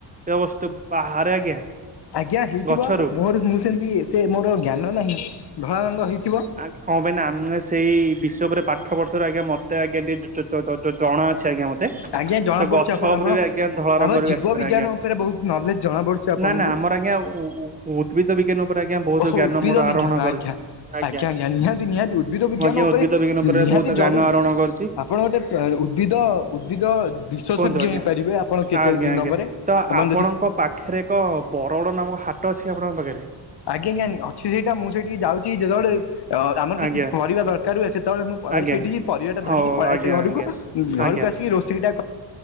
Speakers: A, on the right (about 20°); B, on the left (about 65°).
A: ବଜ୍ୟ ବସ୍ତୁ ବାହାରେ ଆଜ୍ଞା।
B: ଆଜ୍ଞା ହେଇଥିବ
A: ଗଛରୁ
B: ମୋର ମୁଁ ସେମିତି ଏତେ ମୋର ଜ୍ଞାନ ନାହିଁ ଧଳା ରଙ୍ଗ ହେଇଥିବ।
A: ହଁ ଭାଇ ଆମେ ସେଇ ବିଷୟ ଉପରେ ପାଠ ବର୍ଷରୁ ଆଜ୍ଞା ମତେ ଆଜ୍ଞା <unintelligible> ତ ତ ଜ ଜଣା ଅଛି ଆଜ୍ଞା ମତେ
B: ଆଜ୍ଞା ଜଣା
A: ତା
B: ପଡୁଛି
A: ଗଛ
B: ଆପଣ
A: ଉପରେ
B: ଆପଣ
A: ବି ଆଜ୍ଞା ଧଳା ରଙ୍ଗରେ
B: ଆମ ଜୀବ
A: ବି ଆସିପାରେ
B: ବିଜ୍ଞାନ
A: ଆଜ୍ଞା।
B: ଉପରେ ବହୁତ ନଲେଜ ଜଣା ପଡୁଛି ଆପଣଙ୍କୁ
A: ନା ନା ଆମର ଆଜ୍ଞା ଉ ଉ ଉ ଉଦ୍ଭିଦ ବିଜ୍ଞାନ ଉପରେ ଆଜ୍ଞା ବହୁତ
B: ଓହୋ
A: ଜ୍ଞାନ
B: ଉଦ୍ଭିଦ
A: ମୋର ଆର
B: ବିଜ୍ଞାନ
A: ହରଣ କରିଚି
B: ଆଜ୍ଞା
A: ଆଜ୍ଞା
B: ନିହାତି ନିହାତି ଉଦ୍ଭିଦ ବିଜ୍ଞାନ
A: ମୁଁ ଆଜ୍ଞା
B: ଉପରେ
A: ଉଦ୍ଭିଦ ବିଜ୍ଞାନ ଉପରେ
B: ନିହାତି
A: ବହୁତ ଜ୍ଞାନ
B: ଜରୁରୀ
A: ଆରହଣ କରିଚି।
B: ଆପଣ ଗୋଟେ ପ ଉଦ୍ଭିଦ ଉଦ୍ଭିଦ ବିଶେଷଜ୍ଞ
A: କୁହନ୍ତୁ ଆଜ୍ଞା
B: ହେଇପାରିବେ ଆପଣ କେତେ
A: ଆଜ୍ଞା
B: ଦିନ
A: ଆଜ୍ଞା।
B: ପରେ
A: ତ
B: ଆପଣ
A: ଆପଣଙ୍କ
B: ଯଦି
A: ପାଖରେ ଏକ ବରଅଡ଼ ନାମକ ହାଟ ଅଛି ଆପଣଙ୍କ ପାଖରେ।
B: ଆଜ୍ଞା ଜ୍ଞା ଅଛି ସେଟା ମୁଁ ସେଠିକି ଯାଉଚି ଯେବ ଗୋଟେ ଅ ଆମର କିଛି
A: ଆଜ୍ଞା
B: ପରିବା ଦରକାର ହୁଏ ସେତେବେଳେ ମୁଁ ପଳାଏ
A: ଆଜ୍ଞା
B: ସେଇଠିକି ପରିବା ଟା
A: ହଉ
B: ଧରିକି ପଳେଇ
A: ଆଜ୍ଞା
B: ଆସେ ଘରକୁ।
A: ଆଜ୍ଞା
B: ଉଁ ଘରକୁ
A: ଆଜ୍ଞା।
B: ଆସିକି ରୋଷେଇ ଟା